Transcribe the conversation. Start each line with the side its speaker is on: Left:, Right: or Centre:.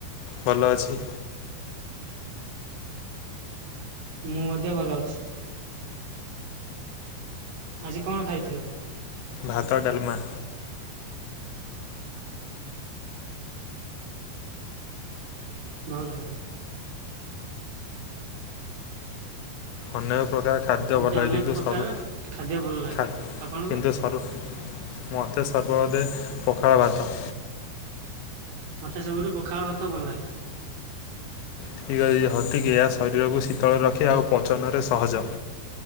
Left: ଭଲ ଅଛି।
Right: ମୁଁ ମଧ୍ୟ ଭଲ ଅଛି। ଆଜି କଣ ଖାଇଥିଲ?
Left: ଭାତ ଡ଼ାଲମା।
Right: ବହୁତ ଭଲ।
Left: ଅନେକ ପ୍ରକାର ଖାଦ୍ୟ
Right: ମୋତେ
Left: ଭଲ ଲାଗେ।
Right: ଅନେକ
Left: କିନ୍ତୁ
Right: ପ୍ରକାର
Left: ସରୁ
Right: ଖାଦ୍ୟ ଭଲ ଲାଗେ
Left: ଖା
Right: ଆପଣଙ୍କୁ
Left: କିନ୍ତୁ ସରୁ ମତେ ସର୍ବଅଧେ ପଖାଳ ଭାତ।
Right: ମତେ ସବୁଠୁ ପଖାଳ ଭାତ ଭଲ ଲାଗେ।
Left: ଠିକ୍ ଅଛି ହତିିକିଆ ଶରୀରକୁ ଶୀତଳ ରଖେ ଆଉ ପଚନରେ ସହଜ।